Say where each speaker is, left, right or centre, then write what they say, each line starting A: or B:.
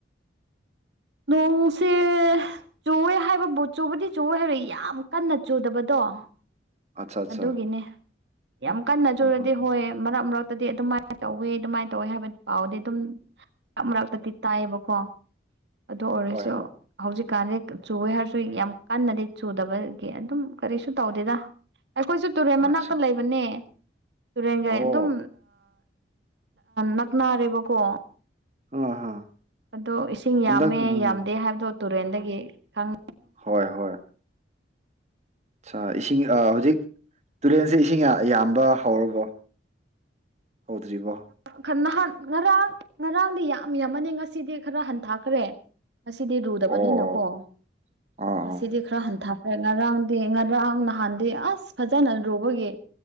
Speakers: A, on the right; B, on the right.
A: ꯅꯣꯡꯁꯦ ꯆꯨꯋꯦ ꯍꯥꯏꯕꯕꯨ ꯆꯨꯕꯗꯤ ꯆꯨꯋꯦ ꯍꯥꯏꯕ ꯌꯥꯝ ꯀꯟꯅ ꯆꯨꯗꯕꯗꯣ ꯑ <inaudible>
B: ꯑꯠꯆꯥ ꯑꯠꯆꯥ
A: ꯑꯗꯨꯒꯤꯅꯦ ꯌꯥꯝ ꯀꯟꯅꯖꯨꯔꯗꯤ
B: ꯑ ꯍ ꯍ
A: ꯍꯣꯏ ꯃꯔꯛ ꯃꯔꯛꯇꯗꯤ ꯑꯗꯨꯃꯥꯏꯅ ꯇꯧꯋꯦ ꯑꯗꯨꯃꯥꯏꯅ ꯇꯧꯋꯦ ꯍꯥꯏꯕ ꯄꯥꯎꯗꯤ ꯑꯗꯨꯝ ꯃꯔꯛ ꯃꯔꯛꯇꯗꯤ ꯇꯥꯏꯑꯕꯀꯣ ꯑꯗꯨ ꯑꯣꯏꯔꯁꯨ
B: ꯍꯣꯏ ꯍꯣꯏ
A: ꯍꯧꯖꯤꯛꯀꯥꯟꯗꯤ ꯆꯨꯦ ꯍꯥꯏꯔꯁꯨ ꯌꯥꯝ ꯀꯟꯅꯗꯤ ꯆꯨꯗꯕ ꯒꯤ ꯑꯗꯨꯝ ꯀꯔꯤꯁꯨ ꯇꯧꯗꯦꯗ ꯑꯩꯈꯣꯏꯁꯨ ꯇꯨꯔꯦꯟ ꯃꯅꯥꯛꯇ
B: ꯑꯠꯆꯥ
A: ꯂꯩꯕꯅꯦ ꯇꯨꯔꯦꯟꯒꯩ
B: ꯑꯣ
A: ꯑꯗꯨꯝ ꯅꯛꯅꯔꯦꯕꯀꯣ
B: ꯑꯥ ꯍꯥ
A: ꯑꯗꯣ ꯏꯁꯤꯡ
B: ꯍꯟꯗꯛ
A: ꯌꯥꯝꯃꯦ
B: ꯎꯝ
A: ꯌꯥꯝꯗꯦ ꯍꯥꯏꯕꯗꯣ ꯇꯨꯔꯦꯟꯗꯒꯤ ꯈꯪ
B: ꯍꯣꯏ ꯍꯣꯏ ꯑ ꯏꯁꯤꯡ ꯍꯧꯖꯤꯛ ꯇꯨꯔꯦꯟꯁꯦ ꯏꯁꯤꯡ ꯌꯥꯝꯕ ꯍꯧꯔꯕꯣ ꯍꯧꯗ꯭ꯔꯤꯕꯣ
A: ꯈꯟꯅ ꯍꯥꯥꯟ ꯉꯔꯥꯡ ꯉꯔꯥꯡꯗꯤ ꯌꯥꯝ ꯌꯥꯝꯃꯅꯤ ꯉꯁꯤꯗꯤ ꯈꯔ ꯍꯟꯊꯈ꯭ꯔꯦ ꯉꯗꯤ ꯔꯨꯗꯕꯅꯤꯅꯀꯣ
B: ꯑꯣ ꯑꯣ ꯑꯥ
A: ꯉꯁꯤꯗꯤ
B: ꯑꯥ
A: ꯈꯔ ꯍꯟꯊ ꯍꯣꯏ ꯉꯔꯥꯡꯗꯤ ꯉꯔꯥꯡ ꯅꯍꯥꯟꯗꯤ ꯑꯁ ꯐꯖꯅ ꯂꯨꯕꯒꯤ